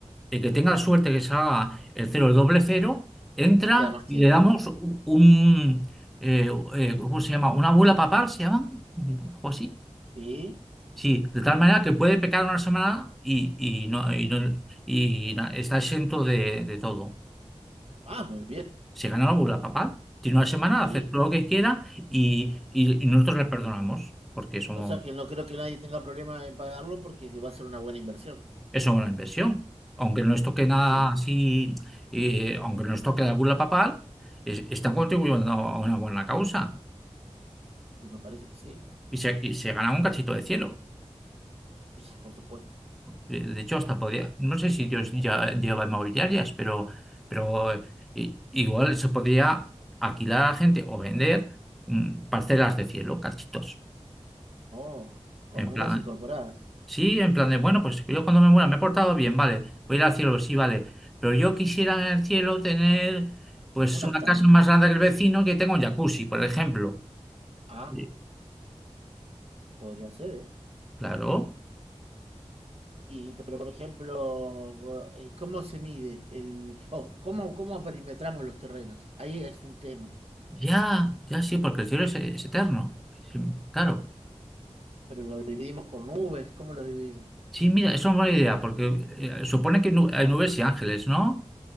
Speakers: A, in the centre; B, on the right.
A: el que tenga la suerte que salga el cero y el doble cero, entra
B: te queda más tiempo.
A: y le damos u- un, eh, eh, ¿cómo se llama? ¿Una bula papal se llama? ¿Algo así?
B: Sí,
A: Sí, de tal manera que puede pecar una semana y, y no, y no- y na- está exento de, de todo.
B: ah, muy bien,
A: Se gana la bula papal, tiene una semana,
B: sí.
A: hace todo lo que quiera y, y y nosotros le perdonamos porque somos...
B: O sea que no creo que nadie tenga problema en pagarlo porque va a ser una buena inversión.
A: es una buena inversión. Aunque no les toque
B: Y
A: nada
B: sí,
A: así, eh, aunque no les toque la bula papal, es- están contribuyendo a una buena causa
B: y me parece que sí,
A: y se, y se ganan un cachito de cielo.
B: y sí, por supuesto.
A: Eh, De hecho, hasta podría, no sé si Dios ya lleva inmobiliarias, pero, pero eh, i- igual se podría alquilar a gente o vender mm, parcelas de cielo, cachitos.
B: Oh, con
A: En
B: nubes
A: plan,
B: incorporadas,
A: Sí, en plan de, bueno, pues yo cuando me muera me he portado bien, vale, voy a ir al cielo, sí, vale, pero yo quisiera en el cielo tener pues
B: una
A: una
B: hectárea.
A: casa más grande que el vecino que tenga un jacuzzi, por ejemplo.
B: Ah,
A: Sí.
B: podría ser, ¿eh?
A: Claro,
B: Y, pero por ejemplo, eh, ¿cómo se mide el, o cómo, cómo perimetramos los terrenos? Ahí es un tema.
A: ya, ya sí, porque el cielo es, es eterno. Sí, Claro,
B: Pero lo dividimos con nubes, ¿cómo lo dividimos?
A: sí, mira, eso es una buena idea, porque eh, supone que nu- hay nubes y ángeles, ¿no?